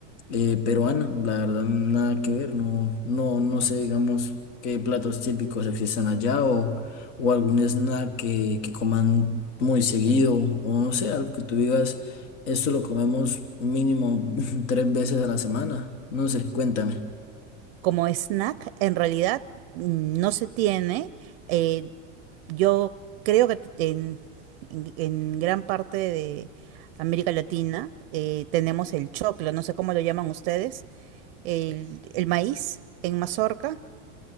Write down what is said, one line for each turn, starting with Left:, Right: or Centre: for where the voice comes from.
Left: eh, peruana. La verdad, nada que ver. No, no, no sé, digamos, qué platos típicos existen allá o, o algún snack que, que coman muy seguido o no sé, algo que tú digas, esto lo comemos mínimo <laughs> tres veces a la semana. No sé, cuéntame.
Right: como snack, en realidad mm, no se tiene. Eh, yo creo que t- en, en- en gran parte de América Latina eh, tenemos el choclo, no sé cómo lo llaman ustedes, el, el maíz en mazorca,